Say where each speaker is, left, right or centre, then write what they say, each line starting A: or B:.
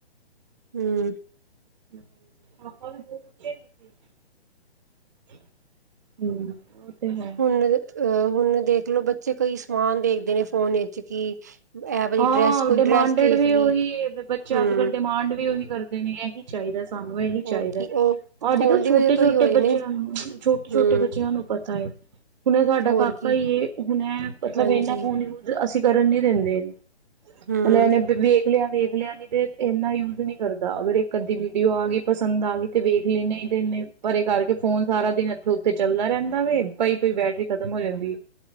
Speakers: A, on the right; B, on the right.
A: ਹਮ
B: ਮ ਹਮ ਤੇ ਹੈ
A: ਹੁਣ ਅਹ ਹੁਨ ਦੇਖਲੋ ਬੱਚੇ ਕਈ ਸਮਾਨ ਦੇਖਦੇ ਨੇ ਫੋਨ ਵਿੱਚ ਕਿ ਇਹ ਵਾਲੀ
B: ਹਾਂ
A: ਡਰੈਸ ਕੋਈ
B: ਡਿਮਾਂਡਡ
A: ਡਰੈਸ ਦੇਖ
B: ਵੀ
A: ਲਈ
B: ਉਹੀ ਬੱਚੇ
A: ਹਮ
B: ਅੱਜ ਕੱਲ ਡਿਮਾਂਡ ਵੀ ਉਹੀ ਕਰਦੇ ਦੇ ਨੇ ਇਹੀ ਚਾਹੀਦਾ ਸਾਨੂੰ ਇਹੀ
A: ਹੋਰ
B: ਚਾਹੀਦਾ
A: ਕੀ
B: ਹੈ
A: ਉਹ
B: ਅੱਜ
A: ਫੋਨ
B: ਕੱਲ੍ਹ
A: ਦੀ
B: ਛੋਟੇ
A: ਵਜ੍ਹਾ ਤੋਂ
B: ਛੋਟੇ
A: ਹੀ ਹੋਏ
B: ਬੱਚਿਆਂ
A: ਨੇ
B: ਛੋਟੇ ਛੋਟੇ
A: ਹਮ
B: ਬੱਚਿਆਂ ਨੂੰ ਪਤਾ ਹੈ ਹੁਣੇ ਸਾਡਾ
A: ਹੋਰ
B: ਕਾਕਾ
A: ਕੀ
B: ਹੁਣ ਮਤਲਬ
A: ਹਾਂਜੀ
B: ਇਨਾ ਫੋਨ ਯ ਅਸੀਂ ਕਰਨ ਦਿੰਦੇ।
A: ਹਮ
B: ਮਤਲਬ ਇਹਨੇ ਦੇਖ ਲਿਆ ਵੇਖ ਲਿਆ ਨ ਤੇ ਇਨਾ ਯੂਜ ਨੀ ਕਰਦਾ ਅਗਰ ਇੱਕ ਅੱਧੀ ਵੀਡੀਓ ਆ ਗਈ ਪਸੰਦ ਆ ਗਈ ਤੇ ਵੇਖ ਲ ਨਹੀਂ ਤੇਨੇ ਪਰ ਇਹ ਕਰਕੇ ਫੋਨ ਸਾਰਾ ਦਿਨਥੇ ਉਥੇ ਚੱਲਦਾ ਰਹਿੰਦਾ ਵ ਪਾਈ ਪ ਬੈਟਰੀ ਖਤਮ ਹੋ ਜਾਂਦੀ।